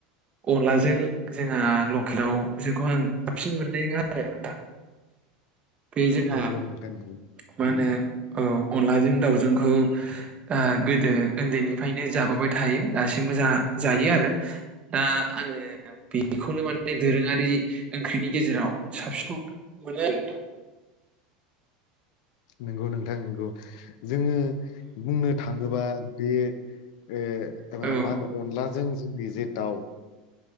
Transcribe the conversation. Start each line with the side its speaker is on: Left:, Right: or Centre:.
Right: अनलाजों जे लकेलाव जोंखौ आं साबसिन मोननाय नङा आरो नोंथां बे जोंहा
Left: नंगौ नोंथां नंगौ
Right: मा होनो ओ अनलाजों दाउजोंखौ ओ गोदो उन्दैनिफ्राय‌ नो जाबोबाय थायो दासिमबो जा जायो आरो दा आङो बेखौनो माने दोरोङारि ओंख्रिनि गेजेराव साबसिनखौ मोनो आरो नोंथां।
Left: नंगौ नोंथां नंगौ। जोङो बुंनो थाङोबा। बे ओ।
Right: नोंथां
Left: जोङो
Right: औ
Left: मा होनो अनला जों जोंनि जे दाउ